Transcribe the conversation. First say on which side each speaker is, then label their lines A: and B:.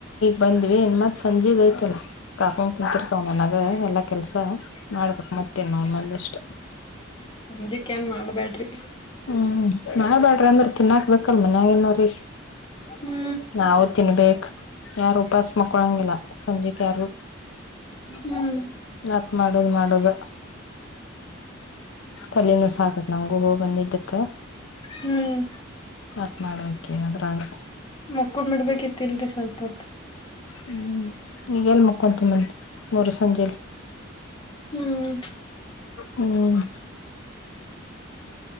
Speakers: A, on the left; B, on the left.
A: ಬಂದ್ವಿ ಇನ್ನು ಮ ಸಂಜೆ ಯ್ತಲ್ಲ ಕಾಕೊಂಡ್ ಕುಂತರ್ಕಾವ ನನಗೆ ಎಲ್ಲ ಕೆಲಸ ಮಾಡ್ಬೇಕಕ್ ಮತ್ತೇ ನಂದಷ್ಟ
B: ಸಂಜಿಕ್ ಏನ್ ಮಾಡ್ಬ್ಯಾಡ್ರಿ
A: ಹ್ಮ್ ನಾವ ಬ್ಯಾಡ್ರಿ ಅಂದ್ರ ತಿನ್ನಾಕ್ಬೇಕಲ್ ಮನ್ಯಾಗ ಏನೋ ರೀ
B: ಹೌ
A: ನಾವವು ತಿನ್ಬೇಕೇ ಯಾರು ಉಪಾಸ ಮಕ್ಕೊಳಂಗಿಲ್ಲ ಸಂಜೆಕ್ ಯಾರು
B: ಹ್ಮ್
A: ಹ ಮಾಡದ ಮಾಡದ ಕಲನೂ ಸಾಕತ್ ನಮಗು ಹೋಗ ಬಂದಿದ್ದಕ್ಕೆ
B: ಹ್ಮ್
A: ಆತ್ ಮಾಡ್ಬೇಕಕ್ಕೆದ್ರಲ್ಲ
B: ಮಕ್ಕು ಬಿಡ್ಬೇಕಿತಿಲ್ರಿೀ ಸ್ವಲ್ಪ ಹೊತ್ತು
A: ಹ್ಮ್ ಈಗೆಲ್ ಮಕ್ಕೊಂತಿ ಮೂರು ಸಂಜೆೆಯಲ್ಲಿ
B: ಹ್ಮ್
A: ಹ್ಮ